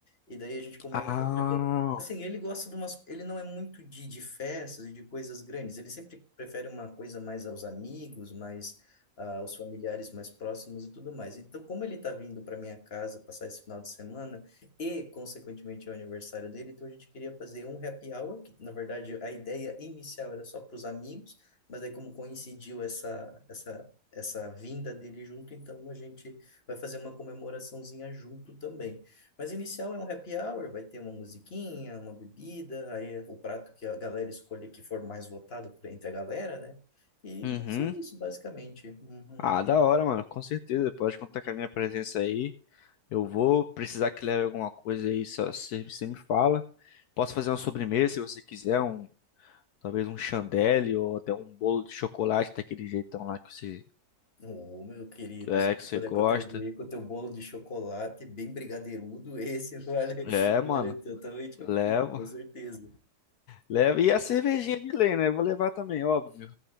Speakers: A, on the left; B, on the left.
A: e daí a gente comemora.
B: Ah,
A: Assim, ele gosta de umas. Ele não é muito de, de festas e de coisas grandes, ele sempre prefere uma coisa mais aos amigos, mais ah, aos familiares mais próximos e tudo mais. Então, como ele tá vindo para minha casa passar esse final de semana e, consequentemente, é o aniversário dele, então a gente queria fazer um happy hour, que, na verdade, a ideia inicial era só para os amigos, mas aí como coincidiu essa, essa, essa vinda dele junto, então a gente vai fazer uma comemoraçãozinha junto também. Mas inicial é um happy hour, vai ter uma musiquinha, uma bebida, aí o prato que a galera escolher que for mais votado por- entre a galera, né? E
B: uhum.
A: vai ser isso, basicamente. Uhum.
B: Ah, da hora, mano. Com certeza. Pode contar com a minha presença aí. Eu vou precisar que leve alguma coisa aí, só você você me fala. Posso fazer uma sobremesa se você quiser, um, talvez um chandelle ou até um bolo de chocolate daquele jeitão lá que você,
A: Ô, meu querido,
B: é,
A: se
B: que
A: eu
B: você
A: puder
B: gosta.
A: contribuir com o teu bolo de chocolate bem brigadeirudo, esse vale, <laughs>
B: É,
A: vale
B: mano.
A: totalmente
B: Levo.
A: a pena, com certeza.
B: Leva. E a cervejinha de lei, né? Vou levar também, óbvio.